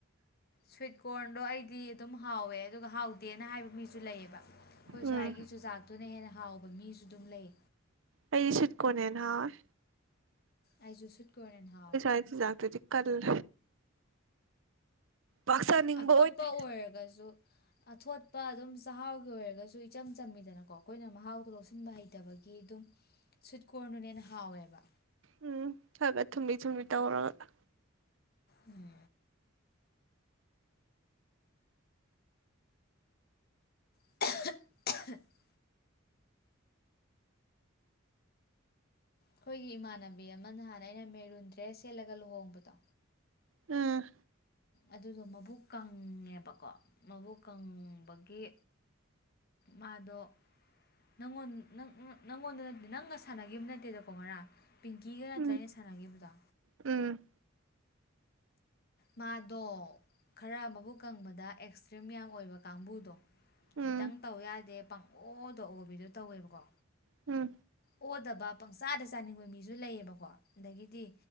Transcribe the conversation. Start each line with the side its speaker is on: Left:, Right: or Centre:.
Left: ꯁ꯭ꯋꯤꯠ ꯀꯣꯔꯟꯗꯣ ꯑꯩꯗꯤ ꯑꯗꯨꯝ ꯍꯥꯎꯋꯦ ꯑꯗꯨꯒ ꯍꯥꯎꯇꯦꯅ ꯍꯥꯏꯕ ꯃꯤꯁ ꯁꯨ ꯂꯩꯌꯦꯕ ꯑꯩꯈꯣꯏ
Right: ꯎꯝ
Left: ꯁ꯭ꯋꯥꯏꯒꯤ ꯆꯨꯖꯥꯛꯇꯨꯅ ꯍꯦꯟꯅ ꯍꯥꯎꯕ ꯃꯤꯁꯨ ꯑꯗꯨꯝ ꯂꯩ
Right: ꯑꯩꯗꯤ ꯁ꯭ꯋꯤꯠ ꯀꯣꯔꯟꯅ ꯍꯦꯟꯅ ꯍꯥꯎꯑꯦ
Left: ꯑꯩꯖꯨ ꯁ꯭ꯋꯤꯠ ꯀꯣꯔꯟꯅ ꯍꯦꯟ ꯍꯥꯎꯑꯦ
Right: <unintelligible> ꯀꯜꯂꯦ ꯄꯥꯛ ꯆꯥꯅꯤꯡꯕ
Left: ꯑꯊꯣꯠꯄ
Right: ꯑꯣꯏꯗꯦ
Left: ꯑꯣꯏꯔꯒꯖꯨ ꯑꯊꯣꯠꯄ ꯑꯗꯨꯝ ꯆꯥꯛꯍꯥꯎꯒꯤ ꯑꯣꯏꯔꯒꯁꯨ ꯏꯆꯝ ꯆꯝꯃꯤꯗꯅꯀꯣ ꯈꯣꯏꯅ ꯃꯍꯥꯎꯗꯣ ꯂꯧꯁꯤꯟꯕ ꯍꯩꯇꯕꯒꯤ ꯗꯨꯝ ꯁ꯭ꯋꯤꯠ ꯀꯣꯔꯟꯗꯨꯅ ꯍꯦꯟ ꯍꯥꯎꯋꯦꯕ
Right: ꯎꯝ ꯈꯒ ꯊꯨꯝꯂꯤ ꯊꯨꯝꯂꯤ ꯇꯧꯔꯒ
Left: ꯎꯝ <unintelligible> ꯈꯣꯏꯒꯤ ꯏꯃꯥꯟꯅꯕꯤ ꯑꯃ ꯅꯍꯥꯟ ꯑꯩꯅ ꯃꯦꯔꯨꯟ ꯗ꯭ꯔꯦꯁ ꯁꯦꯠꯂꯒ ꯂꯨꯍꯣꯡꯕꯗꯣ
Right: ꯎꯝ
Left: ꯑꯗꯨꯗꯣ ꯃꯕꯨꯛ ꯀꯪꯉꯦꯕꯀꯣ ꯃꯕꯨꯛ ꯀꯪꯕꯒꯤ ꯃꯥꯗꯣ ꯅꯪꯉꯣꯟ ꯅꯪ ꯑ ꯅꯪꯉꯣꯟꯗ ꯅꯠꯇ ꯅꯪꯒ ꯁꯥꯟꯅꯒꯤꯕ ꯅꯠꯇꯦꯗꯀꯣ ꯉꯔꯥꯡ ꯄꯤꯡꯀꯤꯒ ꯅꯠꯇ꯭ꯔ
Right: ꯎꯝ
Left: ꯑꯩꯅ ꯁꯥꯟꯅꯒꯤꯕꯗꯣ
Right: ꯎꯝ
Left: ꯃꯥꯗꯣ ꯈꯔ ꯃꯕꯨꯛ ꯀꯪꯕꯗ ꯑꯦꯛꯁꯇ꯭ꯔꯤꯝ ꯌꯥꯝ ꯑꯣꯏꯕ ꯀꯥꯡꯕꯨꯗꯣ ꯈꯤꯇꯪ
Right: ꯎꯝ
Left: ꯇꯧ ꯌꯥꯗꯦ ꯄꯪꯑꯣꯗ ꯑꯣꯕꯤꯗꯣ ꯇꯧꯋꯦꯕꯀꯣ
Right: ꯎꯝ
Left: ꯑꯣꯗꯕ ꯄꯪꯁꯥꯗ ꯆꯥꯅꯤꯡꯕ ꯃꯤꯁꯨ ꯂꯩꯌꯦꯕꯀꯣ ꯑꯗꯒꯤꯗꯤ